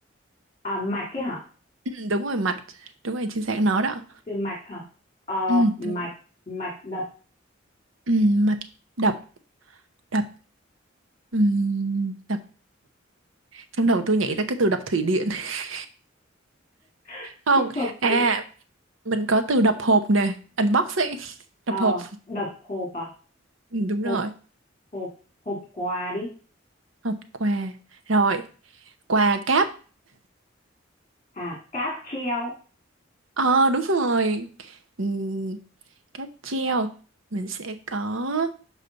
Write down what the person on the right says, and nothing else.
ừ đúng rồi mạch, đúng rồi chính xác nó đó.
Ừ,
đúng.
Ừ, mạch đập, đập, ừ, đập. Trong đầu tôi nhảy ra cái từ đập thủy điện. <laughs>
Không,
à,
mình có từ đập hộp nè, unbox ấy, <laughs> đập
hộp.
Ừ, đúng
rồi,
hộp quà. Rồi, quà cáp.
Ờ, đúng rồi. Ừ, cáp treo. Mình sẽ có